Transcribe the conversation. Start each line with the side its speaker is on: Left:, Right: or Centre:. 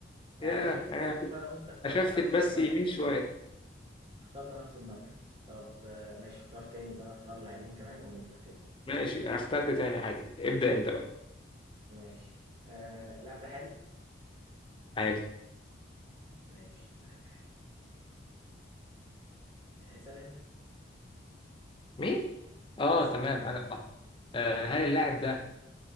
Right: يعني
Left: ياه
Right: شوف
Left: انا كنت
Right: شوف انا وانت اخترنا
Left: اشفت
Right: نفس
Left: بس
Right: المركز
Left: يمين شويه
Right: اخترنا نفس المركز طب آه، ماشي اختار تاني بقى اختار لاعبين كمان ونبدأ تاني
Left: ماشي
Right: آه،
Left: انا اخترت تاني عادي ابدا انت بقى
Right: ماشي آه اللاعب ده حالي
Left: عادي
Right: ماشي لاعب حالي آه، اسأل انت
Left: مين؟ اه
Right: اسأل
Left: تمام انا صح آه هل اللاعب ده